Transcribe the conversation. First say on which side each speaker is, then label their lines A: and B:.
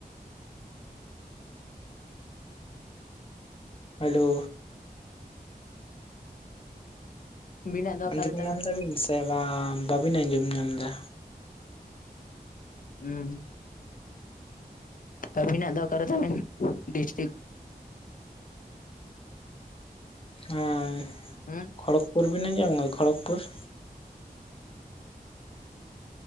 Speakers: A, on the left (about 35°); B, on the left (about 55°).
A: ᱦᱮᱞᱳ ᱾
B: ᱵᱤᱱᱟᱜ ᱫᱚ ᱚᱠᱟᱨᱮ
A: ᱟᱸᱡᱚᱢ
B: ᱛᱟᱵᱮᱱ?
A: ᱧᱟᱢ ᱫᱟᱵᱤᱱ ᱥᱮ ᱵᱟᱝ ᱵᱟᱹᱵᱤᱱ ᱟᱸᱡᱚᱢ ᱧᱟᱢ ᱫᱟ?
B: ᱦᱩᱸ ᱾ ᱟᱹᱵᱤᱱᱟᱜ ᱫᱚ ᱚᱨᱠᱟᱨᱮ ᱛᱟᱵᱮᱱ ᱰᱤᱥᱴᱤᱠ?
A: ᱦᱮᱸ,
B: ᱦᱩᱸ
A: ᱠᱷᱚᱲᱚᱜᱽᱯᱩᱨ ᱵᱮᱱ ᱟᱸᱡᱚᱢ ᱠᱟᱜ ᱠᱷᱚᱲᱚᱜᱽᱯᱩᱨ ᱾